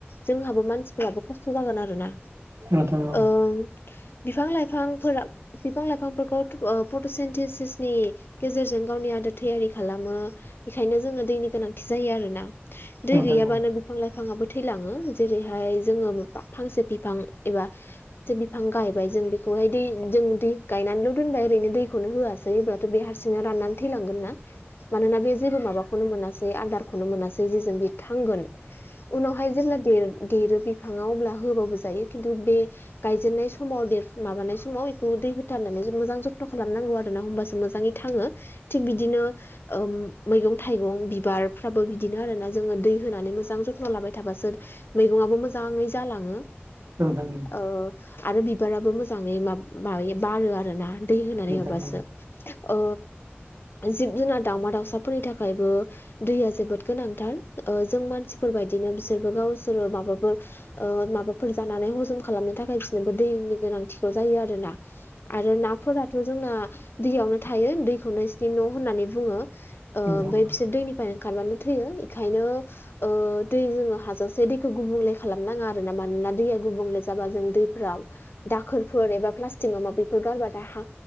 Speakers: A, on the left; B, on the right.
A: जोंहाबो मानसिफोराबो खस्थ जागोन आरोना
B: औ नोंथां औ नोंथां औ नोंथां औ
A: ओं बिफां लाइफांफोरा बिफां लाइफांफोरखौ ओ प्रटसेनटिसिस नि गेजेरजों गावनि आदार थैयारि खालामो बेखायनो जोङो दैनि गोनांथि जायो आरोना
B: नोंथां
A: दै गैयाबानो बिफां लाइफाङाबो थैलाङो जेरैहाय जोङो फांसे बिफां एबा फांसे बिफां गायबाय जों बेखौहाय दै जों दै गायनानैल' दोनबाय ओरैनो दैखौनो होआसै जायोब्लाथ बे हारसिंनो राननानै थैलांगोनना मानोना बे जेबो माबा खौनो मैनासै आदारखौनो मोनासै जेजों बे थांगोन उनावहाय जेब्ला देरो बिफाङाव अब्ला होबाबो जायो खिन्थु बे गायजेननाय समाव देरफ माबानाय समाव बेखौ दै होथारनानै मोजां जथन खालामनांगौ आरो होमबासो मोजाङै थाङो थिक बिदिनो ओम मैगं थाइगं बिबारफ्राबो बिदिनो आरोना जोङो दै होनानै मोजां जथ न लाबाय थाबासो मैगंआबो मोजाङै जालाङो
B: औ नोंथां औ
A: ओ आरो बिबाराबो मोजाङै मा माबायो बारो आरोना दै होनानै माबाबासो
B: नोंथां औ नोंथां औ नोंथां औ नोंथां औ नोंथां औ नोंथां औ नोंथां औ नोंथां औ नोंथां औ
A: ओ जिब जुनार दावमा दाउसाफोरनि थाखायबो दैया जोबोद गोनांथार ओ जों मानसिफोरबायदिनो बिसोरबो गावसोरो माबाफोर ओ माबाफोर जानानै हजम खालामनो थाखाय बिसोरनोबो दैनि गोनांथिखौ जायो आरोना आरो नाफोराथ जोंना दैयावनो थायो दैखौनो इसिनि न' होननानै बुङो ओ ओमफ्राय
B: उम
A: बिसोर दैनिफ्रायनो ओंखारबानो थैयो इखायनो ओ दै जोङो हाजासे दैखौ गुबुंले खालाम नाङा आरो ना मानोना दैया गुबुंले जाबा जों दैफोराव दाखोरफोर एबा प्लास्टिक माबा माबिफोर गारबाथाय हा